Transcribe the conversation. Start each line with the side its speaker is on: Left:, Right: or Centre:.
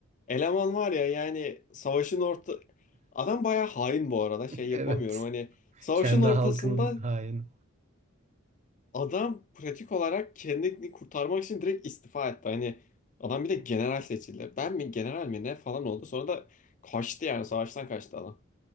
Left: eleman var ya yani savaşın orta... Adam bayağı hain bu arada. Şey yapamıyorum
Right: Evet.
Left: hani savaşın
Right: Kendi
Left: ortasında
Right: halkının haini.
Left: Adam pratik olarak kendini kurtarmak için direkt istifa etti. Hani adam bir de general seçildi. Ben mi general mi ne falan oldu. Sonra da kaçtı yani savaştan kaçtı adam.